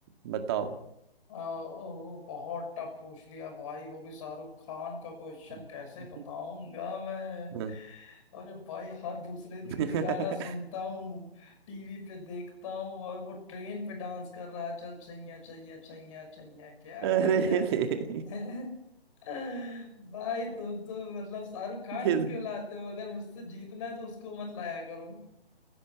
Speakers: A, on the right; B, on the left.
A: बताओ
B: आ, ओ, बहुत टफ पूछ लिया भाई वो भी शाहरुख खान का क्वेश्चन
A: <laughs>
B: कैसे बताऊंगा मैं
A: हम्म।
B: अरे भाई हर दूसरे
A: अरे
B: दिन ये गाना सुनता हूँ टीवी पे देखता हूँ और वो ट्रेन पे डांस कर रहा है चल चैया चैया चैया चैया क्या
A: तेरी
B: यार <laughs> भाई तुम तो मतलब शाहरुख खान
A: ये
B: को क्यों
A: तो-
B: लाते हो अगर मुझसे जीतना है तो उसको मत लाया करो